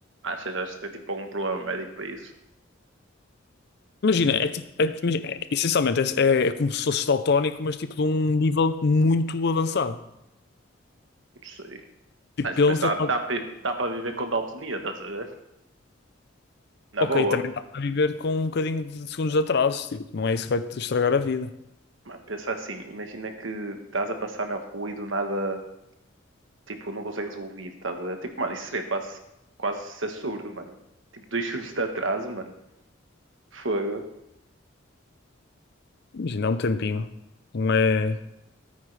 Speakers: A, on the right (about 70°); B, on the left (about 55°).
A: Achas, achas que tem tipo algum problema médico para isso?
B: Imagina, é, tipo- é, tipo- imagina, é- essencialmente é, é- é como se fosse daltónico, mas tipo de um nível muito avançado.
A: Não sei.
B: Tipo,
A: Mas,
B: pensa,
A: mas dá,
B: tá-
A: dá, para dá para viver com daltonia, estás a ver? Na
B: ok,
A: boa.
B: também está a viver com um bocadinho de segundos de atraso, tipo, não é isso que vai te estragar a vida.
A: Mano, pensa assim, imagina que estás a passar na rua e do nada, tipo, não consegues ouvir, estás a ver? Tipo, mano, isso seria quase, quase absurdo, mano. Tipo, dois <laughs> segundos de atraso, mano. Fogo.
B: Imagina, é um tempinho. Não é,